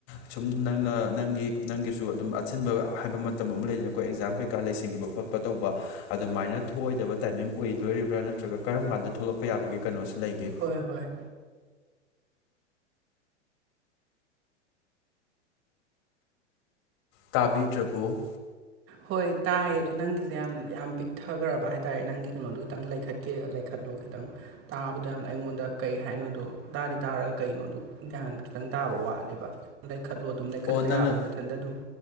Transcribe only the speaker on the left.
ꯁꯨꯝ ꯅꯪꯅ ꯅꯪꯒꯤ ꯅꯪꯒꯤꯁꯨ ꯑꯗꯨꯝ ꯑꯆꯤꯟꯕ ꯍꯥꯏꯕ ꯃꯇꯝ ꯑꯃꯥ ꯂꯩꯗꯅ ꯀꯣ ꯑꯦꯛꯖꯥꯝ ꯀꯩꯀꯥ ꯂꯩꯁꯤꯟꯈꯤꯕ ꯈꯣꯠ ꯄ ꯇꯧꯕ ꯑꯗꯨꯃꯥꯏꯅ ꯊꯣꯛꯑꯣꯏꯗꯕ ꯇꯥꯏꯃꯤꯡ ꯑꯣꯏꯗꯣꯔꯤꯕ꯭ꯔꯥ ꯅꯠꯇ꯭ꯔꯒ ꯀꯔꯝ ꯒꯥꯟꯗ ꯊꯣꯛꯂꯛꯄ ꯌꯥꯕꯒꯤ ꯀꯩꯅꯣꯁꯦ ꯂꯩꯒꯦ
ꯇꯥꯕꯤꯗ꯭ꯔꯕꯣ
ꯑꯣ ꯅꯪꯅ